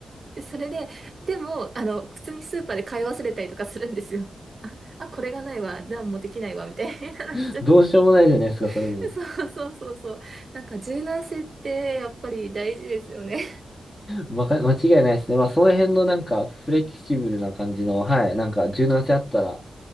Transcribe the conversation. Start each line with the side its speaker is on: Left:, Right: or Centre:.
Right: で、それで、でも、あの、普通にスーパーで買い忘れたりとかするんですよ。あ、あ、これがないわ、何もできないわ、みたいななっちゃって。
Left: <laughs> どうしようもないじゃないですか、
Right: <laughs>
Left: それも。
Right: そうそうそうそう。なんか柔軟性ってやっぱり大事ですよね。
Left: まか、間違いないですね。まあ、その辺のなんか、フレキシブルな感じの、はい、なんか、柔軟性あったら、